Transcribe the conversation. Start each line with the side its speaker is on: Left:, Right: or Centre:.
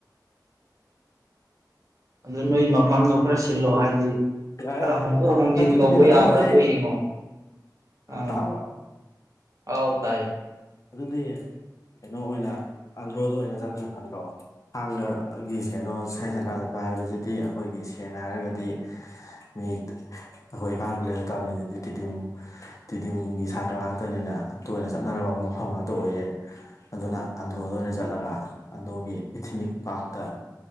Right: ꯑꯗꯨ ꯅꯣꯏ ꯃꯐꯝꯗꯣ ꯈꯔ ꯁꯤꯜꯂꯣ ꯍꯥꯏꯗꯤ
Left: ꯌꯥꯏ
Right: ꯈꯔ
Left: ꯌꯥꯏ
Right: ꯍꯣꯡꯗꯣꯛ ꯍꯣꯡꯖꯤꯟ
Left: ꯑꯗꯨꯗꯤ
Right: ꯇꯧꯕ
Left: ꯀꯩꯅꯣ ꯇꯧꯔꯁꯦ
Right: ꯌꯥꯕ꯭ꯔꯥꯗꯣ ꯌꯦꯡꯉꯣ
Left: ꯑ
Right: ꯑꯥ
Left: ꯇꯥꯕ꯭ꯔꯣ
Right: ꯑꯧ ꯇꯥꯏ
Left: ꯑꯗꯨꯗꯤ ꯀꯩꯅꯣ ꯑꯣꯏꯅ ꯑꯟꯗ꯭ꯔꯣꯗ ꯑꯣꯏꯅ ꯆꯠꯄꯅ ꯐꯥꯗ꯭ꯔꯣ ꯊꯥꯡꯒ ꯒꯤ ꯀꯩꯅꯣ ꯁꯦꯍꯦꯟꯗ꯭ꯔꯥ ꯆꯠꯄ ꯍꯥꯏꯕꯖꯤꯗꯤ ꯑꯩꯈꯣꯏꯒꯤ ꯁꯦꯡꯅ ꯍꯥꯏꯔꯒꯗꯤ ꯃꯤ ꯑꯈꯣꯏ ꯏꯝꯐꯥꯜ ꯀꯣꯂꯦꯖꯇ ꯇꯝꯃꯤꯖꯤꯗꯤ ꯇꯤꯗꯤꯝ ꯇꯤꯗꯤꯡꯒꯤ ꯁꯥꯇ꯭ꯔ ꯉꯥꯛꯇꯅꯦꯅ ꯇꯣꯏꯅ ꯆꯠꯅꯔꯕ ꯃꯐꯝ ꯉꯥꯛꯇ ꯑꯣꯏꯌꯦ ꯑꯗꯨꯅ ꯑꯟꯗ꯭ꯔꯣꯗ ꯑꯣꯏꯅ ꯆꯠꯂꯒ ꯑꯟꯗ꯭ꯔꯣꯒꯤ ꯏꯊꯤꯅꯤꯛ ꯄꯥꯛꯇ